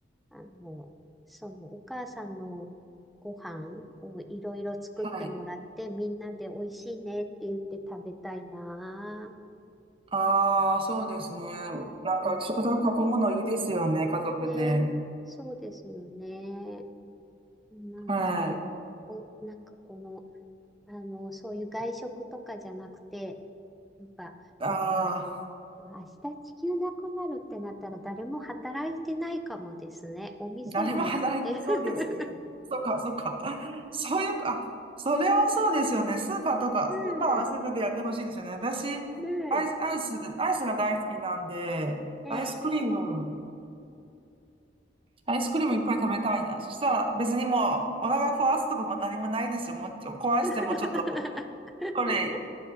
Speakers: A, in the centre; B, on the right.
A: あの、その、お母さんのご飯をいろいろ作ってもらって、
B: はい。
A: みんなで美味しいねって言って食べたいなぁ。
B: ああ、そうですね。なんか食卓囲むのいいですよね、
A: うん
B: 家族で。
A: ね、そうですよね。なんか、
B: はい。
A: お、お、なんかこの、あの、そういう外食とかじゃなくて、なんか、
B: ああ、
A: でも、あしでも明日地球なくなるってなったら誰も働いてないかもですね。お店もやってる。
B: 誰も働きそうですね。そうか、そうか。<laughs> そういうか、あ、それはそうですよね。スーパーとか、
A: <laughs> ね
B: スーパーは全てやってほしいですよね。私、
A: え、ね
B: アイス、アイス、アイスが大好きなんで、
A: え、
B: アイスクリーム、
A: え
B: アイスクリームいっぱい食べたいな。
A: ー、アイスクリーム。
B: そしたら別にもう、お腹壊すとかも何もないですよ。もうちょ壊してもちょっと、
A: <laughs>
B: これ、